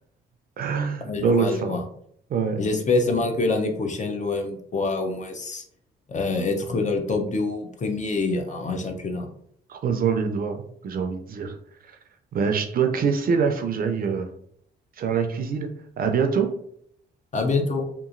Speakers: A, on the right; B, on the left.
A: <laughs>
B: Ah, Je
A: dans
B: vois,
A: le sang.
B: je vois.
A: Ouais.
B: J'espère seulement que l'année prochaine, l'OM pourra au moins euh, être dans le top 2 ou premier en en championnat.
A: Croisons les doigts, que j'ai envie de dire. Bah, je dois te laisser, là, il faut que j'aille euh, faire la cuisine. À bientôt!
B: À bientôt.